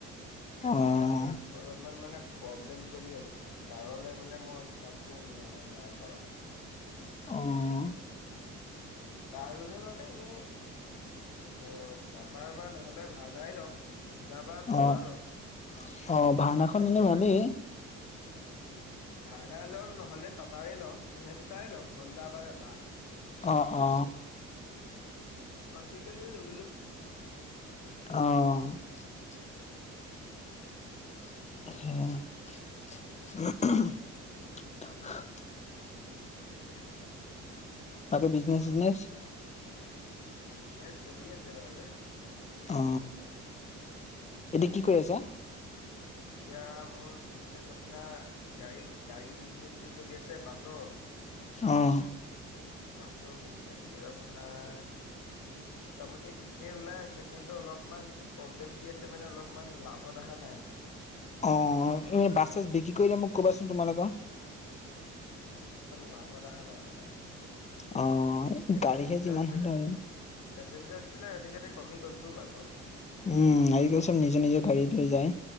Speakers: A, on the left; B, on the left.
A: অ',
B: অলপমান মানে প্ৰব্লেম চলি আছে কাৰণে মানে মই হিচাপটো নাই কৰা।
A: অ',
B: কাৰ লগে বাৰু ত এনেই অ, টাটা নহলে ভাল এটাই ল'ম। হোন্দা বা টাটা
A: অ
B: ল'ম
A: - অ ভাওনাখন এনে ভালেই।
B: ভাৰ্ণাই ল'ম নহলে তাতাই ল'ম সেই দুটাই ল'ম হুন্দা বা এটা
A: অ - অ।
B: বাকী ক <unintelligible>
A: অ', <unintelligible>
B: তাকে।
A: তাকে বিজনেচ চিজনেচ।
B: বিজনেচ চলি আছে বাৰে
A: অ এতিয়া কি কৰি আছা
B: এতিয়া মোৰ বিজনেচ আপোনাৰ গাড়ী গাড়ী বিজনেচটো চলি আছে বাছৰ
A: অ'
B: বাছৰ বিজনেচটো আপোনাৰ মোটামুটি ঠিকেই ওলাই আছে কিন্তু অলপমান প্ৰব্লেম দি আছে মানে অলপমান লাভত অহা নাই
A: অ এ
B: এই
A: বাছ চাছ বিক্ৰী কৰিলে মোক কবাচোন তোমালোকৰ
B: লাভদ অহা নাই মানে
A: অ
B: এই
A: গাড়ীহে
B: পেচেঞ্জাৰছ
A: যিমান
B: বিলাক
A: হ'ল আৰু
B: পেচেঞ্জাৰছ বিলাক আজিকালি কমি গ'লতো বাটৰ
A: উম আজিকালি চব নিজৰ নিজৰ গাড়ী লৈ যায়